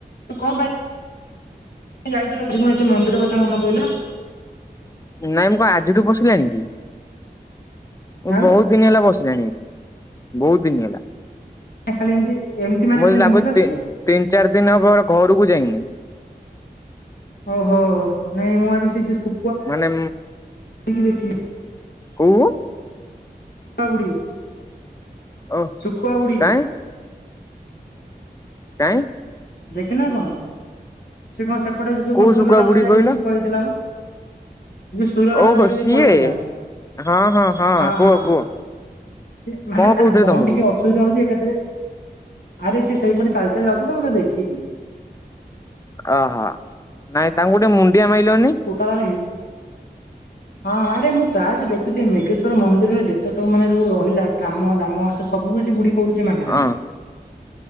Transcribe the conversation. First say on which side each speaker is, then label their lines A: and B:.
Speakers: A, on the left; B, on the left.
A: କଣ ପାଇଁ ଯାଇଥିଲ କିଣ ଏତେ ମନ୍ଦିର କଥା ମନ ପିଲା
B: ନାଇଁ ମୁଁ ଆଜିଠୁ ବସିଲାଣି କି ମୁଁ
A: ଆଉ
B: ବହୁତ ବ ଦିନ ହେଲା ବସିଲାଣି ଏଇଠି ବହୁତ ଦିନ ହେଲା
A: ନା ଖାଲି ଏମତି ଏମିତି ମାନେ
B: ମତେ
A: ଖାଲି
B: ଲାଗୁଚି
A: ମନ୍ଦିର
B: ତିନ
A: ଆସୁ
B: ତିନି ଚାରି ଦିନ ହେବ ଘରକୁ ଯାଇନି
A: ଓହୋ ନାଇଁ ମୁଁ ଆଜି ସେ ଯୋଉ
B: ମାନେ
A: ି ଦେଖିଲି
B: କୁହ
A: ୁ
B: ଓ
A: ଶୁଖୁଆ ବୁଡି
B: କାଇଁ କାହିଁ
A: ଦେଖିନେ ଆପଣ ସି କଣ ସେପଟେ ଯୋଉ
B: କୋଉ
A: କଣ ସୁର
B: ଶୁଖୁଆ
A: ରାଉତରାୟ
B: ବୁଢୀ କହିଲ
A: ଟିକେ ପଳେଇଥିଲା ନା ସୁର ରାଉତାରେ
B: ଓହୋ
A: ଯଦି
B: ସିଏ
A: ପଳେଇଥିଲା
B: ହଁ
A: ହଁ
B: କୁହ
A: ହଁ
B: କୁହ
A: ସେ ମାନେ ତାର
B: କହୁଥିଲେ
A: କଣ
B: ତମକୁ
A: ଟିକେ ଅ ଅସବିଧା ହଉଛି ଏକାଥରେ ଆରେ ସେ ସେଇପଟେ ଚାଲିଚଲି ଯାଉଛି ତ ମୁଁତେ ଦେଖିଲି
B: ଓହୋ ନାଇଁ ତାଙ୍କୁ ଗୋଟେ ମୁଣ୍ଡିଆ ମାଇଲନି
A: କ ର ହଁ ଆରେ ମୁଁ ପ୍ରାୟତଃ ଦେଖୁଛି ମେଘେଶ୍ଵର ମନ୍ଦିରରେ ଯେତେ ସବୁ ମାନ ସବଉ ରହିଲା କାମ ଦାମ ସେ ସବୁ ବେଶ ବୁଢ କଚ ମାଗନାରେ
B: ହଁ